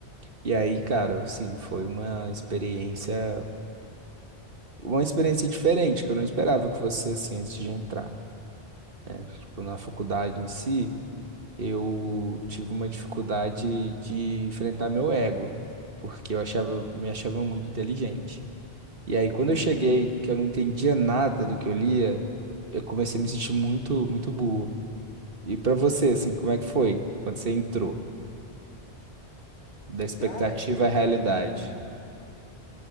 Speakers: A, on the right; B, on the left.
A: E aí, cara, assim, foi uma experiência, uma experiência diferente, que eu não esperava que fosse assim antes de entrar. Tipo, na faculdade em si, eu tive uma dificuldade de enfrentar meu ego, porque eu achava, me achava muito inteligente. E aí, quando
B: <laughs> Entendi.
A: eu cheguei, que eu não entendia nada do que eu lia, eu comecei a me sentir muito, muito burro. E pra você, assim, como é que foi quando você entrou? Da expectativa
B: Cara, eu entrei
A: à realidade.
B: com